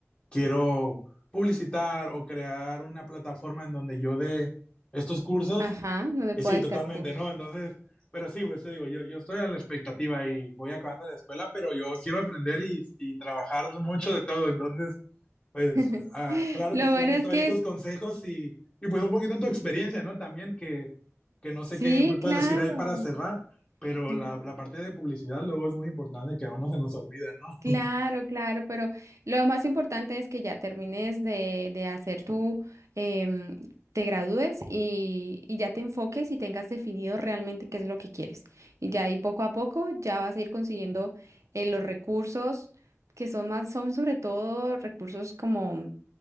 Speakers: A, on the left; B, on the right.
A: quiero publicitar o crear una plataforma en donde yo dé estos cursos.
B: Ajá, no le
A: Y
B: puedo
A: sí,
B: dictar
A: totalmente,
B: cursos.
A: ¿no? Entonces, pero sí, pues te digo, yo, yo estoy a la expectativa y voy acabando la escuela, pero yo quiero aprender y, y trabajar mucho de todo. Entonces, pues
B: <laughs>
A: ah, claro
B: Lo
A: que sí,
B: bueno
A: anoto
B: es que
A: ahí tus
B: es,
A: consejos y, y pues un poquito tu experiencia, ¿no? También que que no sé
B: sí,
A: qué me puedes
B: claro,
A: decir ahí para cerrar, pero
B: sí,
A: la, la parte de publicidad luego es muy importante que a uno se nos olvida, ¿no?
B: claro, claro, pero lo más importante es que ya termines de, de hacer tu, em, te gradúes y, y ya te enfoques y tengas definido realmente qué es lo que quieres. Y ya ahí poco a poco ya vas a ir consiguiendo eh, los recursos que son más, son sobre todo recursos como